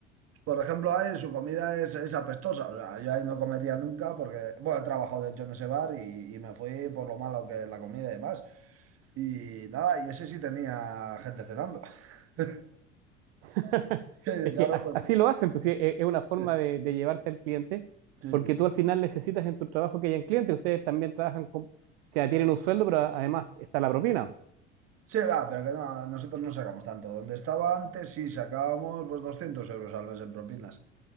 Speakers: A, on the right (about 40°); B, on the right (about 55°).
A: Por ejemplo, ahí su comida es, es apestosa. O sea, yo ahí no comería nunca porque, bueno, he trabajado de hecho en ese bar y, y me fui por lo malo que es la comida y demás. Y nada, y ese sí tenía gente cenando. <laughs>
B: <laughs>
A: Que
B: es
A: claro,
B: que
A: pues.
B: así lo hacen, pues, sí, e-, es una forma
A: Sí,
B: de, de llevarte al cliente,
A: sí,
B: porque
A: sí.
B: tú al final necesitas en tu trabajo que hayan clientes. Ustedes también trabajan con, o sea, tienen un sueldo, pero además está la propina.
A: Sí, va, pero que no, nosotros no sacamos tanto. Donde estaba antes, sí, sacábamos pues 200 euros al mes en propinas.